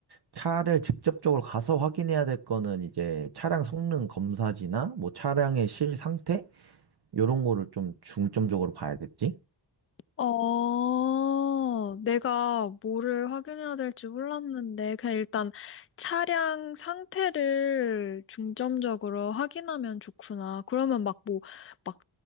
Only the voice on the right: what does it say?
차를 직접적으로 가서 확인해야 될 거는 이제 차량 성능 검사지나 뭐 차량의 실 상태 요런 거를 좀 중점적으로 봐야겠지?